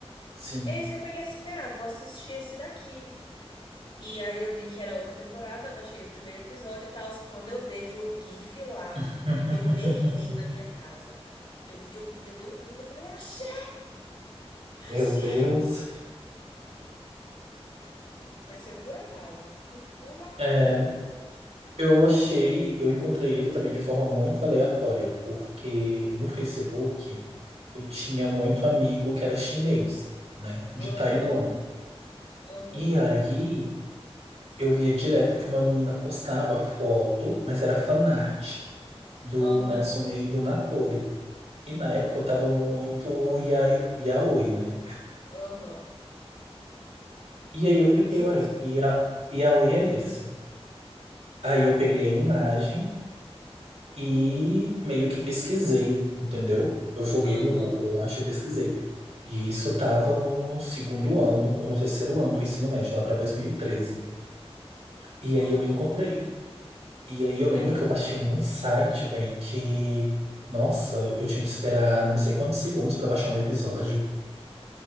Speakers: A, on the right (about 75°); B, on the left (about 50°).
A: sim.
B: É isso que eu peguei assim, ah, vou assistir esse daqui. E aí eu vi que era outra temporada, baixei o primeiro episódio e tal. Quando eu vejo o GIF lá,
A: <laughs>
B: eu berrei na minha casa. Eu, eu, eu dei um grito, eu falei, achei!
A: Meu
B: Achei!
A: Deus.
B: Mas foi por acaso, por puro acaso.
A: É, eu achei, eu encontrei ele também de forma muito aleatória, porque no Facebook eu tinha muito amigo que era chinês, né, de
B: Aham,
A: Taiwan.
B: aham.
A: E aí eu via direto que uma menina postava foto, mas era fanart do
B: Aham.
A: Natsume e do Natori. E na época
B: Ah,
A: eu tava muito ia- yaoi, né?
B: aham.
A: E aí eu fiquei,
B: Justo.
A: uai, que ia- yaoi é esse? Aí eu peguei a imagem e meio que pesquisei, entendeu? Eu joguei
B: Aham.
A: no Google, eu achei, pesquisei. E isso tava no segundo ano, ou no terceiro ano do ensino médio, lá pra 2013. E treze. E
B: Aham.
A: aí eu encontrei. E aí eu lembro
B: Ai,
A: que eu baixei num site, velho, que... Nossa, eu tinha que esperar não sei quantos segundos pra baixar um episódio.